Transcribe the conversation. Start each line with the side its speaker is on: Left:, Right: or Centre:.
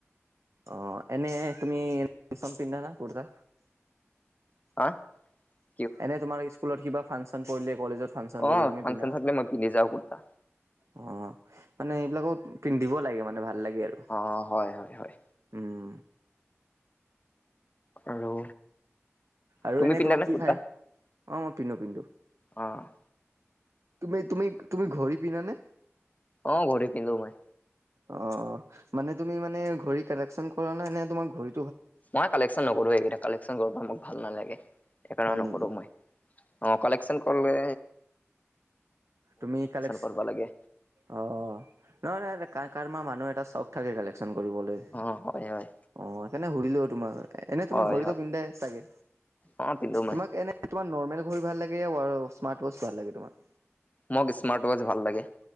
Right: অ', এনেই তুমি এ ফেচন পিন্ধা নে কুৰ্তা।
Left: <unintelligible>
Right: এনে তোমাৰ স্কুলত কিবা ফাংচন পৰিলে কলেজত ফাংচন পৰিলে
Left: অ
Right: তুমি
Left: ফাংশন
Right: পিন্ধা না?
Left: চাবলে মই পিন্ধি যাওঁ ৰ্কুতা।
Right: অ মানে এইবিলাকত পিন্ধিব লাগে মানে ভাল লাগে আৰু।
Left: অ হয় হয় হয়,
Right: উম'
Left: আৰু
Right: আৰু
Left: তুমি
Right: এনেই
Left: পিন্ধা
Right: তোমাক
Left: নে
Right: কি
Left: কুৰ্তা
Right: খাই, অ মই পিন্ধো পিন্ধো
Left: অহ'
Right: তুমি তুমি তুমি ঘড়ী পিন্ধানে?
Left: অ ঘড়ী পিন্ধো মই।
Right: অ' মানে তুমি মানে ঘড়ী কালেকশ্যন কৰা নে, নে তোমাৰ ঘড়ী
Left: মই কালেকশ্যন নকৰোঁ এইকেইটা কালেকশ্যন কৰিব মোক ভাল নালাগে, সেইকাৰণে
Right: হয়
Left: নকৰোঁ
Right: নেকি
Left: মই। অ কালেকশ্যন কৰলে
Right: তুমি কালেক
Left: কৰিব লাগে
Right: অ নাই কাৰ কাৰ মাৰ মানুহ এটা চখ থাকে কালেকশ্যন কৰিবলে,
Left: অ হয় হয়।
Right: অ সেইকাৰণে সুধিলোঁ তোমাক এনে, তুমি
Left: হয়
Right: ঘড়ীতো
Left: হয়
Right: পিন্ধাই চাগে
Left: অ পিন্ধো মই
Right: তোমাক এনে নে তোমাক নৰ্মেল ঘড়ী ভাল লাগে স্মাৰ্ট ৱাছ ভাল লাগে তোমাৰ?
Left: মোক স্মাৰ্ট ৱাচ ভাল লাগে।